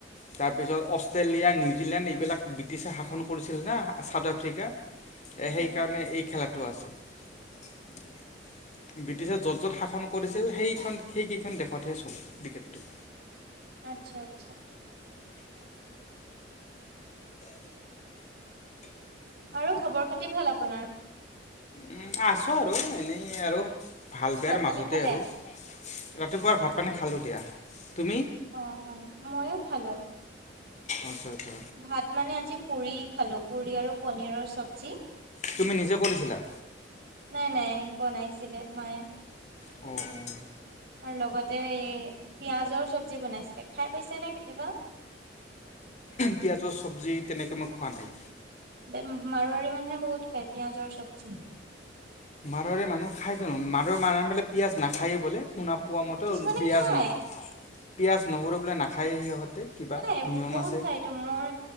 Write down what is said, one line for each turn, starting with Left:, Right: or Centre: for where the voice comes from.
Left: তাৰপিছত অষ্ট্ৰেলিয়া নিউজিলেণ্ড এইবিলাক ব্ৰিটিছেে হাত- শাখন কৰিছিল না চাউথ আফ্ৰিকা
Right: উম
Left: সেইকাৰণে এই খেলাটো আছে। উম <unintelligible> ব্ৰিটিছেে য'ত য'ত শাসন কৰিছিল সেইখন সেইকেইখন দেশতহে চলে ক্ৰিকেটটো।
Right: আচ্ছা আচ্ছা। আৰু খবৰ খেতি ভাল আপোনাৰ্
Left: উম' আছো আৰু এনেই আৰু ভাল বোৰ
Right: ভাত পানী
Left: মাজতে
Right: খালে
Left: আৰু ৰাতিপুৱাৰ ভাত পানী খালোঁ দিয়া, তুমি?
Right: অ', অ', মইও খালো।
Left: আচ্ছা, আচ্ছা।
Right: ভাত মানে আজি পুৰি খালোঁ, পুৰি আৰু পনীৰৰ চব্জি।
Left: তুমি নিজে কৰিছিলা।
Right: নাই নাই বনাইছিলে মায়ে।
Left: অ', অ'।
Right: আৰু লগতে এই পিয়াজৰ চব্জি বনাইছিলে, খাই পাইছে নে কেতিয়াবা?
Left: পিয়াজৰ চব্জি, তেনেকৈ মই খোৱা নাই।
Right: বে মাৰোৱাৰী মানুহে বহুত খাই, পিয়াজৰ চব্জি।
Left: মাৰোৱাৰী মানুহ খাই জানো, মাৰোৱাৰী মানুহে বোলে পিয়ঁয়াজ নাখায়ে বোলে। শুনা পোৱা মতে,
Right: কিছুমানে
Left: পিঁয়াজ
Right: খায়
Left: নহ পিঁয়াজ নহৰু বোলে নাখায়েই সিহঁতে। কিবা
Right: খাই ব-বহুত
Left: নিয়ম আছে
Right: খাই। টো মোৰ,